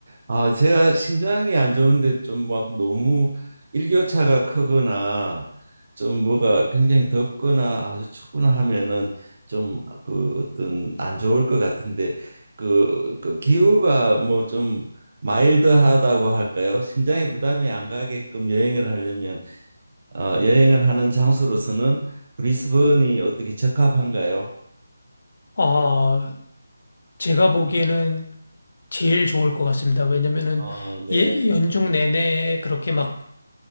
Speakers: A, on the right; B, on the left.
A: 아, 제가 심장이 안 좋은데 좀 막 너무 일교차가 크거나 좀 뭐가 굉장히 덥거나 아주 춥거나 하면은 좀 그 어떤 안 좋을 것 같은데 그, 그 기후가 뭐 좀 마일드하다고 할까요? 심장에 부담이 안 가게끔 여행을 하려면 어, 여행을 하는 장소로서는 브리스번이 어떻게 적합한가요?
B: 아, 제가 보기에는 제일 좋을 것 같습니다. 왜냐면은
A: 어, 네,
B: 예, 연중 내내 그렇게 막
A: 네,